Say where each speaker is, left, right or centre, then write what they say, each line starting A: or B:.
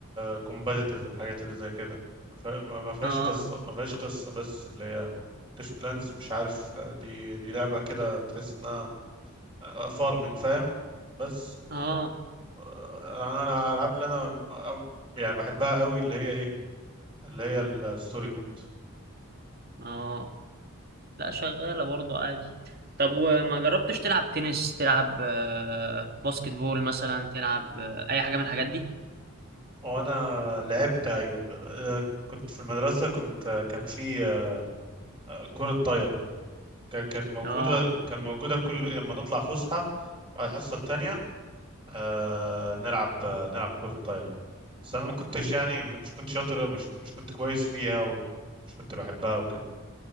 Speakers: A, on the right (about 25°); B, on the right (about 45°).
A: كومبتيتيف الحاجات اللي زي كده ما فيها- ما- ما فيهاش
B: اه
A: قصه ما فيهاش قصه بس اللي هي كلاش بلانز مش عارف آه، دي دي لعبه كده تحس انها فارمنج فاهم بس
B: اه
A: آه، انا أنا الالعاب اللي انا آه، يعني بحبها قوي اللي هي ايه اللي هي الستوري مود
B: اه لا شغاله برضه عادي طب وما جربتش تلعب تنس تلعب آه، باسكت بول مثلا تلعب آه، اي حاجه من الحاجات دي
A: هو انا لعبت ايوه آه، كنت في المدرسه كنت آه، كان في آه، كره طايره ك- كانت موجوده
B: اه
A: كان موجوده كل لما نطلع فسحه على الحصه التانية آه، نلعب آه، نلعب كره طايره بس انا ما كنتش يعني مش مش كنت شاطر مش مش كنت كويس فيها ومش كنت بحبها وكده